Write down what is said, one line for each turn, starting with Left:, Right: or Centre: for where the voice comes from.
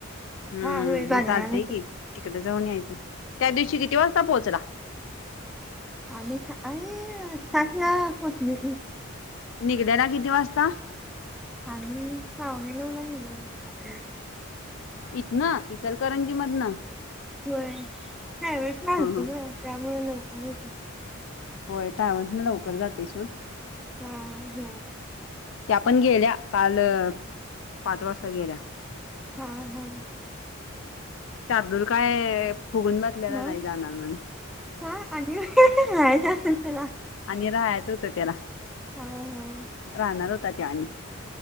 Left: हम्म
Centre: हा होय बाजाराला
Left: मग चालतय कि तिकड जाऊन यायचं त्या दिवशी किती वाजता पोहोचला
Centre: ह आ अरे साठला पचल
Left: निघल्या ना किती वास्तता
Centre: आ् पावणे नऊ ला येणारल
Left: इथ ना इचलकरंजी मध ना
Centre: हो नाही म सांगतो
Left: हा
Centre: ब त्यामुळे लवक य
Left: होय टॅवस म लवकर जातेसूड
Centre: हा हम्म
Left: त्या पण गेल्या काल पाच वाजता गेल्या
Centre: ह हा
Left: शार्दूल काय फुगून बसलेला
Centre: म
Left: नाही जाणार म्हणून
Centre: हा आली असलला
Left: आणि राहायच होत त्याला
Centre: हा हा
Left: राहणार होता त्या आणि